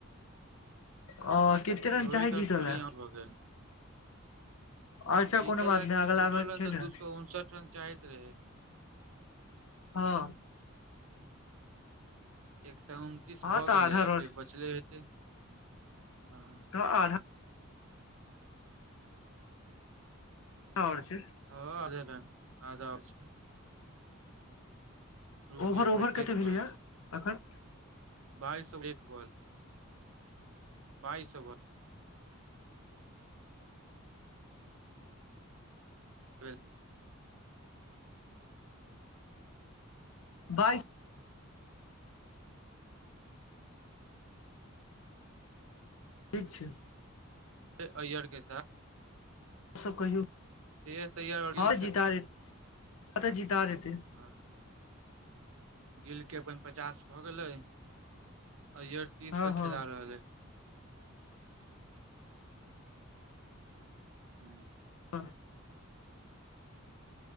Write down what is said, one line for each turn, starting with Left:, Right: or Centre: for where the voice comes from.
Left: अ कते रन
Right: रोहित
Left: चाही जीतऽ
Right: आऔर कोहली
Left: लए
Right: यह भऽ गे
Left: अच्छा
Right: जीतल
Left: कोनो बात
Right: ल
Left: नहि
Right: के
Left: अगला
Right: टोटल
Left: मैच
Right: रन
Left: छै
Right: तऽ
Left: ने
Right: दू सए उनसठ रन चाहै रहे
Left: ह
Right: एक सए उनतीस
Left: हँ
Right: भऽ
Left: तऽ आधा
Right: गेलै
Left: रोड
Right: आब जे बचलै हेत हँ
Left: तऽ आ आओर छ
Right: हध आधा आ छ रुक
Left: ओवर
Right: एक
Left: ओवर
Right: मिनट देख
Left: कते भेलैया
Right: कहै छै
Left: अखन
Right: बइ एक बॉ बइस हेल
Left: बास ठीक छ
Right: अयरके सा
Left: ओ सब कहियौ
Right: श्रेयस अय्यर और गिल
Left: हँ
Right: खेल
Left: जता देत कतऽ जीता देत
Right: हँ गिल के अपन पचास भए गेलै आ तीस
Left: हँ
Right: पर
Left: हँ
Right: खेला रहल अय हू
Left: हँ